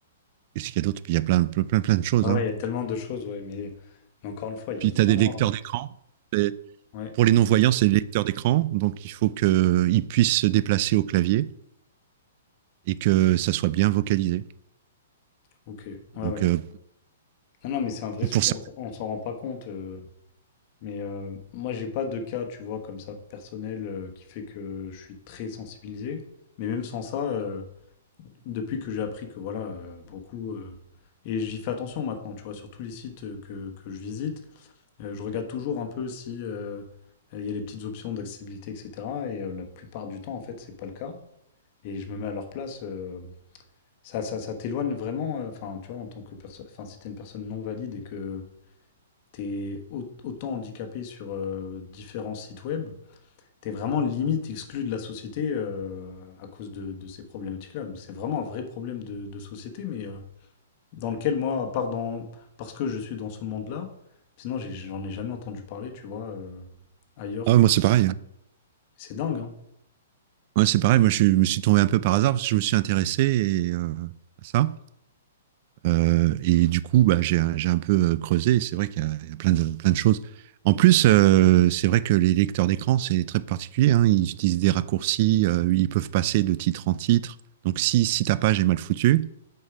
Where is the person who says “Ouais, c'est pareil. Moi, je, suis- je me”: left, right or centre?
Right